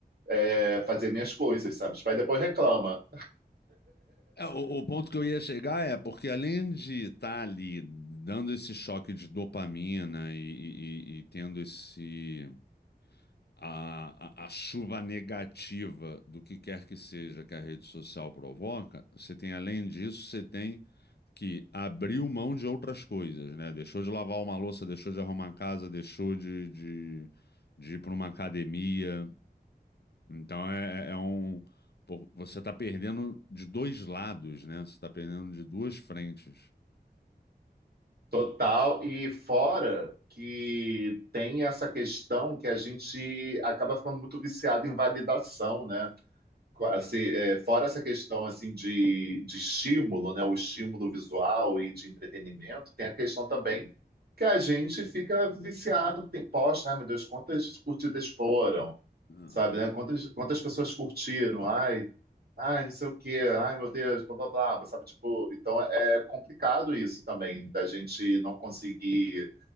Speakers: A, on the right (about 70°); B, on the left (about 75°).
A: é, fazer minhas coisas, sabe? Tipo, aí depois reclama.
B: É, o, o ponto que eu ia chegar é porque além de estar ali dando esse choque de dopamina e, e- e- e tendo esse a, a- a chuva negativa do que quer que seja que a rede social provoca, você tem além disso, você tem que abriu mão de outras coisas, né? Deixou de lavar uma louça, deixou de arrumar a casa, deixou de, de, de ir para uma academia. Então é, é é um. pô, Você está perdendo de dois lados, né? Você está perdendo de duas frentes.
A: Total. E fora que tem essa questão que a gente acaba ficando muito viciado em validação, né? Assim, é, fora essa questão assim de, de estímulo, né? O estímulo visual e de entretenimento, tem a questão também que a gente fica viciado. Tem, poxa, ai meu Deus, quantas curtidas foram?
B: Ah,
A: sabe, né? Quantas, quantas pessoas curtiram? Ai, ai, não sei o quê, ai, meu Deus, blá, blá, blá, sabe? Tipo, então é complicado isso também, da gente não conseguir